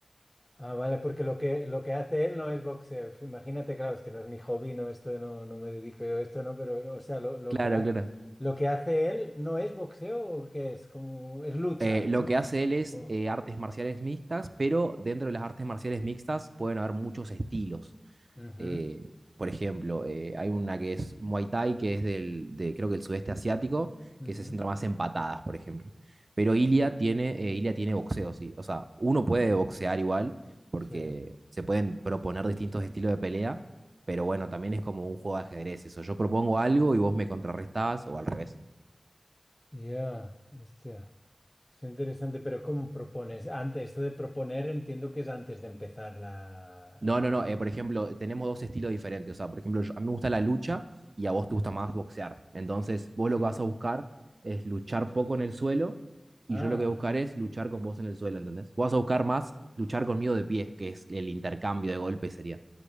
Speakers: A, on the left (about 15°); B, on the right (about 60°).
A: Ah, vale, porque lo que, lo que hace él no es boxeo. Imagínate, claro, es que no es mi hobby, no, esto no, no me dedico yo a esto, no, pero, o sea, lo, lo
B: Claro,
A: que hace,
B: claro.
A: lo que hace él no es boxeo o qué es, como, es lucha,
B: Eh, lo
A: ¿no?
B: que hace él es
A: O
B: eh, artes marciales mixtas, pero dentro de las artes marciales mixtas pueden haber muchos estilos.
A: ujú,
B: Eh, por ejemplo, eh, hay una que es Muay Thai, que es del, de, creo que el sudeste asiático,
A: ujú,
B: que se centra más en patadas, por ejemplo. Pero Ilia tiene, eh, Ilia tiene boxeo, sí. O sea, uno puede boxear igual, porque
A: sí,
B: se pueden proponer distintos estilos de pelea, pero bueno, también es como un juego de ajedrez eso. Yo propongo algo y vos me contrarrestás, o al revés.
A: ya, hostia, está interesante, pero ¿cómo propones? Antes, esto de proponer entiendo que es antes de empezar la,
B: No,
A: la,
B: no, no. eh, por ejemplo, tenemos dos estilos diferentes. O sea, por ejemplo, yo- a mí me gusta la lucha y a vos te gusta más boxear. Entonces, vos
A: sí,
B: lo que vas a buscar es luchar poco en el suelo y
A: ah,
B: yo lo que voy a buscar es luchar con vos en el suelo, ¿entendés? Vos vas a buscar más luchar conmigo de pie, que es el intercambio de golpes sería.